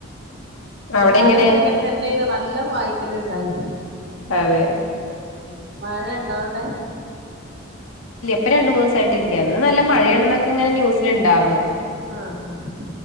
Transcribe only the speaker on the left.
അവിടെ
എങ്ങനെ
അതെ
ഇപ്പ രണ്ട് മൂന്ന് ദിവസായിട്ടില്യ ഇന്ന് നല്ല മഴയണന്നൊക്കെ ഇങ്ങനെ ന്യൂസിൽ ഉണ്ടായിരുന്നു